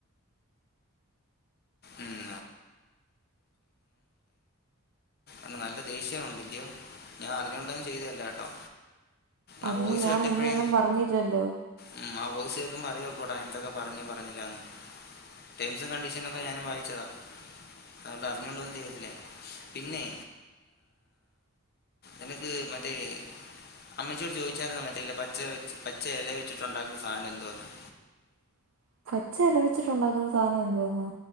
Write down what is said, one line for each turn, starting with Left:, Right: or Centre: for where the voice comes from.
Left: ഉം ന്ന് നല്ല ദേഷ്യം ഒണ്ടല്ലിയോ ഞാ അറിഞ്ഞോണ്ടൊന്ന് ചെയ്തയല്ല കേട്ടോ ആ
Right: അതിന്
Left: വോയിസ്
Right: ഞാ
Left: കേട്ടപ്പോഴേ
Right: നിന്നെ ഒന്നും പറഞ്ഞില്ലല്ലോ
Left: ഉം ആ വോയിസ് കേക്കുമ്പ അറിയാ ഒക്കൂടാ എന്തക്കെ പറഞ്ഞൂ പറഞ്ഞില്ലാന്ന് ടേംസും കണ്ടീഷനൊക്കെ ഞാനും വായിച്ചതാ അഓണ്ട് അറിഞ്ഞോണ്ടൊന്നും ചെയ്ത്തില്ലേ ഞാൻ പിന്നേ എനക്ക് മറ്റേ അമ്മച്ചിയോട് ചോദിച്ചായിരുന്നോ മറ്റേ ല പച്ചവെച്ച് പച്ച ഇല വെച്ചിട്ടുണ്ടാകുന്ന സാധനം എന്തുവാന്ന്
Right: <unintelligible> പച്ച ഇല വെച്ചിട്ടുണ്ടാക്കുന്ന സാധനം എന്തുവാന്നോ